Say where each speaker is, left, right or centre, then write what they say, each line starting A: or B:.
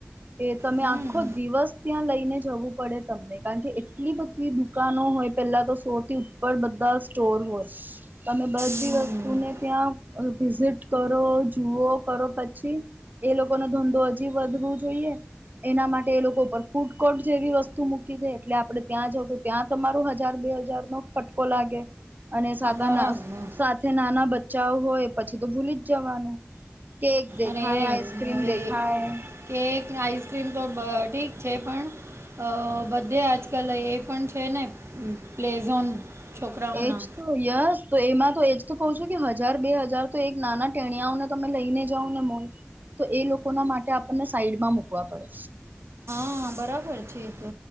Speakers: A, on the right (about 45°); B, on the right (about 75°).
A: એ તમે
B: હમ
A: આખો દિવસ ત્યાં લઈને જવું પડે તમને કારણ કે એટલી બધી દુ કા ન હોય પેલા તો સોથી ઉપર બધા સ્ટોર હોય. તમે બધી
B: હમ
A: વસ્તુને ત્યાં વિઝિટ કરો જુઓ કરો પછી એ લોકો નો ધંધો હજી વધવો જોઈએ એના માટે એ લોકો પર ફૂડ કોર્ટ જેવી વસ્તુ મૂકી દે એટલે આપડણે ત્યાં જઉ તો ત્યાં તમાર હજાર બે હજાર નો ફટકો લાગે અને સાતા
B: બરાબર
A: નાના બચ્ચાઓ હોય પછી તો ભૂલી જ જવાનું કેક દેખાય
B: અરે એ
A: આઇસક્રીમ દેખાય.
B: એ કેક આઈસક્રીમ તો ઠીક છે પણ. અ બધે આજકલ એ પણ છે ને પ્લેઝોન. છોકરાઓના
A: એજ તો યસ તો એમાં તો એજ તો કહું છું કે હજાર બે હજાર તો એક નાના ટેણીયાઓને તમે લઈને જાવ ને મન તો એ લોકો ના માટે આપણને સાઈડમાં મુકવા પડે.
B: હા બરાબર છે એતો.